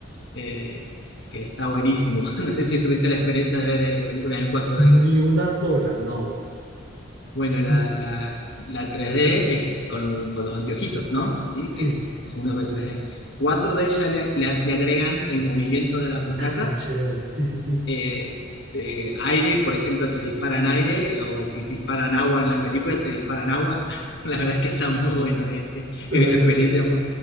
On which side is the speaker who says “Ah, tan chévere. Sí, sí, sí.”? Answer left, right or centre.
Right